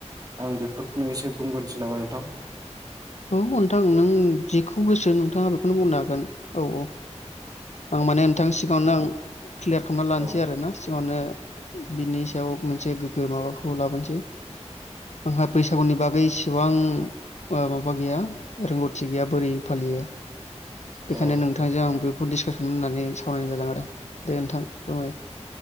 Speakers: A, on the right (about 30°); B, on the left (about 75°).
A: आं बेफोरखौनो एसे बुंग्रोनोसै नामा नोंथां।
B: औ नोंथां नों जेखौ गोसो नोंथाङा बेखौनो बुंनो हागोन। औ औ आं माने नोंथां सिगाङावनो आं क्लियार खालामना लानोसै
A: औ
B: आरो ना सिगाङावनो। बिनि सायाव मोनसे गोग्गो माबाखौ लाबोनोसै आंहा बैसागुनि बागै इसेबां मा बा गैया रोंगौथि गैया बोरै फालियो बेनिखायनो
A: औ
B: नोंथांजों आंबो बेखौ डिसकास खालामनो होननानै सावरायनाय जादों आरो। दे नोंथां फोरमाय।